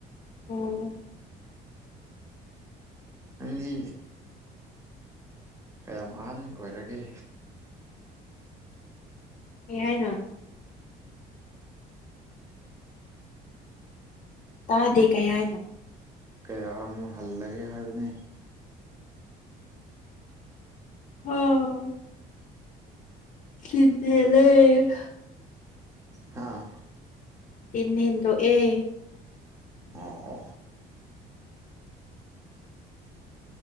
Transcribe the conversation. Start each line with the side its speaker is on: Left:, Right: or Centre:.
Left: ꯑꯣ
Right: ꯅꯪꯗꯤ ꯀꯌꯥꯝ ꯑꯍꯟ ꯑꯣꯏꯔꯒꯦ
Left: ꯀꯩꯍꯥꯏꯅꯣ ꯇꯥꯗꯦ ꯀꯩ ꯍꯥꯏꯅꯣ
Right: ꯀꯌꯥ ꯑꯃꯨꯛ ꯍꯜꯂꯒꯦ ꯍꯥꯏꯕꯅꯦ
Left: ꯑꯣ <unintelligible> ꯍꯦꯟꯂꯩ
Right: ꯍꯥꯥ
Left: ꯇꯤꯟ ꯍꯦꯟꯗꯣꯛ ꯑꯦ
Right: ꯑꯣ ꯑꯣ